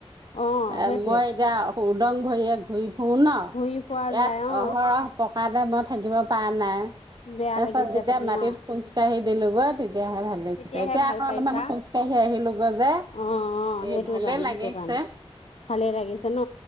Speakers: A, on the left; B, on the right.
A: অ
B: এ
A: সেই
B: মই এতিয়া উদং ভৰিয়ে ঘূৰি শুন ন
A: ঘূৰি ফুৰা
B: ইয়াত
A: যায় অ
B: অহৰহ পকা টাইপৰ থাকিব পাৰে নাই।
A: বেয়া
B: তাৰ
A: লাগিছে
B: পিছত যেতিয়া
A: থাকি
B: মাটিত
A: অ
B: খোজকাঢ়ি দিলো গলোগৈ তেতিয়াহে ভাল লাগিছে
A: তেতিয়াহে
B: এতিয়া
A: ভাল
B: আকৌ
A: পাইছা
B: অলপমান খোজ কাঢ়ি আহিলো গৈ যে
A: অ অ সেইটো
B: এ ভালে
A: কাৰণে
B: লাগিছে।
A: সেইটো কাৰণে ভালে লাগিছে ন